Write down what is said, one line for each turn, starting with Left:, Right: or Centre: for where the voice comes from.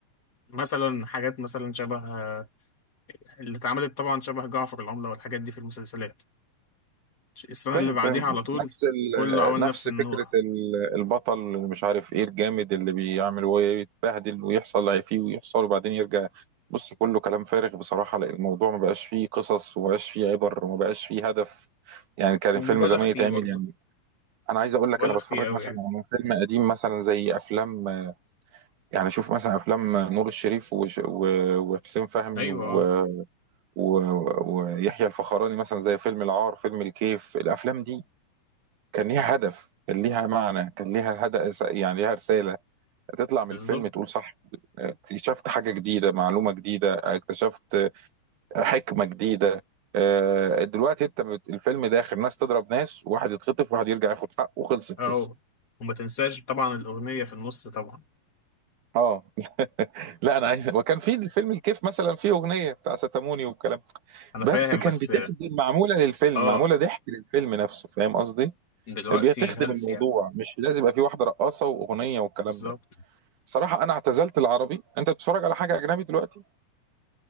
Left: مثلا حاجات مثلا شبه آه، اللي اتعملت طبعا شبه جعفر العملة والحاجات دي في المسلسلات السنة
Right: فاهم
Left: اللي بعديها
Right: فاهم
Left: على طول
Right: نفس ال...
Left: كله عمل
Right: نفس
Left: نفس النوع
Right: فكرة ال- البطل اللي مش عارف ايه الجامد اللي بيعمل ويتبهدل ويحصل اللي هي فيه ويحصل وبعدين يرجع بص كله كلام فارغ بصراحة لأن الموضوع ما بقاش فيه قصص وما بقاش فيه عبر وما بقاش فيه هدف يعني كان
Left: ومبالغ
Right: الفيلم زمان
Left: فيه
Right: يتعمل
Left: برضه
Right: يعني انا عايز اقول لك
Left: مبالغ
Right: انا بتفرج
Left: فيه قوي
Right: مثلا
Left: يعني
Right: على فيلم قديم مثلا زي افلام يعني شوف مثلا افلام نور الشريف وش... و... وحسين فهمي
Left: ايوه
Right: و...
Left: آه،
Right: و... ويحيى الفخراني مثلا زي فيلم العار فيلم الكيف الافلام دي كان ليها هدف كان ليها معنى كان ليها هدف يعني ليها رسالة تطلع من
Left: بالظبط
Right: الفيلم تقول صح اكتشفت حاجة جديدة معلومة جديدة اكتشفت حكمة جديدة آه، دلوقتي انت بت- الفيلم داخل ناس تضرب ناس واحد يتخطف واحد يرجع ياخد حقه وخلصت
Left: اه
Right: القصة
Left: وما تنساش طبعا الأغنية في النص طبعا
Right: اه <laughs> لا انا عايز وكان في الفيلم الكيف مثلا فيه اغنيه بتاع ستاموني والكلام ده.
Left: انا فاهم
Right: بس كان
Left: بس
Right: بتخدم
Left: اه
Right: معموله للفيلم
Left: آه،
Right: معموله ضحك للفيلم نفسه فاهم قصدي
Left: دلوقتي
Right: بتخدم
Left: هلس
Right: الموضوع
Left: يعني
Right: مش لازم يبقى في واحده رقاصه واغنيه والكلام
Left: بالظبط
Right: ده بصراحة أنا اعتزلت العربي أنت بتتفرج على حاجة أجنبي دلوقتي؟